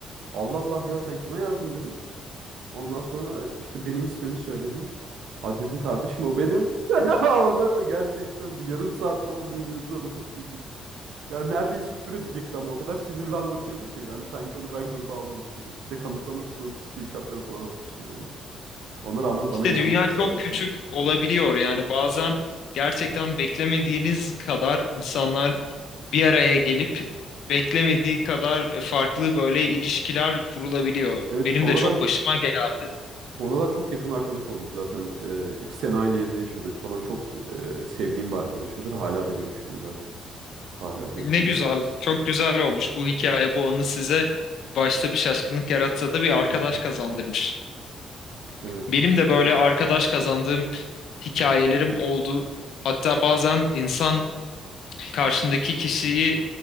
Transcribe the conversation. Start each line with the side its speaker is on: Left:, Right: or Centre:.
Right: Allah Allah ya sen kime yazdın dedim. Ondan sonra işte benim ismimi söyledi. Ha dedim kardeşim o benim. <laughs> Orada gerçekten bir yarım saat falan birbirimize bakıp güldük. Ya neredeyse küfür edecekti ama o kadar sinirli anlatıyordu ki. Hani sanki onu ben gruba almamışım gibi. Bir de kanıtlamak için onun screenshotları falan atmıştım yani. Ona rağmen
Left: İşte
Right: bana inanmadı
Left: dünya çok
Right: herhalde.
Left: küçük olabiliyor. Yani bazen gerçekten beklemediğiniz kadar insanlar bir araya gelip beklemediği kadar farklı böyle ilişkiler kurulabiliyor.
Right: Evet
Left: Benim
Right: sonradan
Left: de çok başıma geldi.
Right: sonradan çok yakın arkadaş olduk zaten. Ee, iki sene aynı evde yaşadık falan. Çok e, sevdiğim bir arkadaşımdır. Hala da görüşürüm zaten. Hala birbirimize
Left: Ne güzel,
Right: ararız.
Left: çok güzel olmuş bu hikaye, bu anı size başta bir şaşkınlık yaratsa da bir arkadaş
Right: Hı hı.
Left: kazandırmış.
Right: Evet.
Left: Benim de böyle arkadaş kazandığım hikayelerim oldu. Hatta bazen insan karşındaki kişiyi